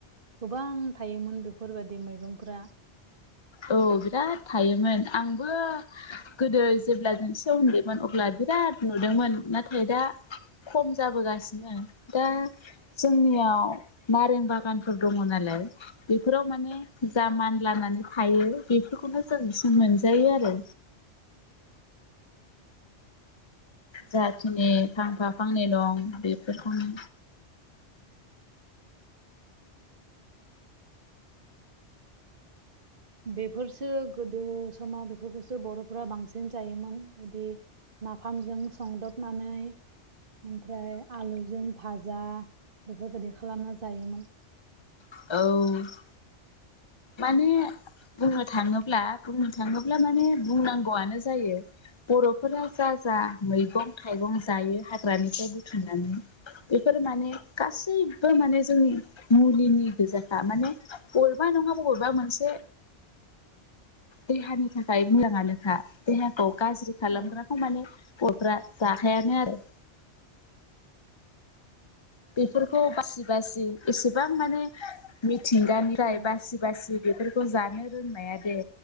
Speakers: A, on the right; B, on the left.
A: गोबां थायोमोन बेफोरबायदि मैगंफ्रा
B: औ बिराद थायोमोन आंबो गोदो जेब्ला जों एसे उन्दैमोन अब्ला बिराद नुदोंमोन नाथाय दा खम जाबोगासिनो दा जोंनियाव नारें बागानफोर दङ नालाय बेफोराव माने जा मान लानानै थायो बेफोरखौनो जों एसे मोनजायो आरो जाखिनि फांफाफांनै दं बेफोरखौनो
A: बेफोरसो गोदो समाव बेफोरखौसो बर'फोरा बांसिन जायोमोन बिदि नाफामजों संदबनानै ओमफ्राय आलुजों भाजा बेफोरबायदि खालामना जायोमोन
B: औ माने बुंनो थाङोब्ला बुंनो थाङोब्ला माने बुंनांगौआनो जायो बर'फोरा जा जा मैगं थाइगं जायो हाग्रानिफ्राय बुथुमनानै बेफोर माने गासैबो माने जोंनि मुलिनि गोजाखा माने बबेबा नङा बबेबा मोनसे देहानि थाखाय मोजाङानोखा देहाखौ गाज्रि खालामग्रा
A: औ
B: माने गथफ्रा जाखायानो आरो बेफोरखौ बासि बासि एसेबां माने मिथिंगानिफ्राय
A: औ
B: बासि बासि बेफोरखौ जानो रोंनाया दे